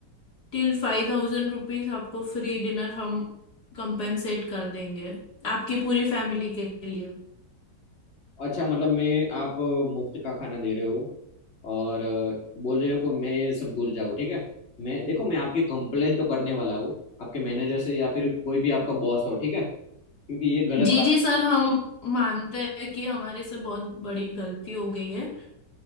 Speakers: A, on the left; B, on the left.
A: टिल फाइव थाउजेंड रुपीज आपको फ्री डिनर हम कंपेंसेट कर देंगे आपकी पूरी फैमिली के लिए
B: अच्छा मतलब मैं आप मुफ्त का खाना दे रहे हो और अ, बोल रहे हो कि मैं ये सब भूल जाऊँ ठीक है मैं देखो मैं आपकी कंप्लेन तो करने वाला हूँ आपके मैनेजर से या फिर कोई भी आपका बॉस हो ठीक है क्योंकि ये गलत
A: जी
B: बात
A: जी सर हम मानते हैं कि हमारे से बहुत बड़ी गलती हो गई है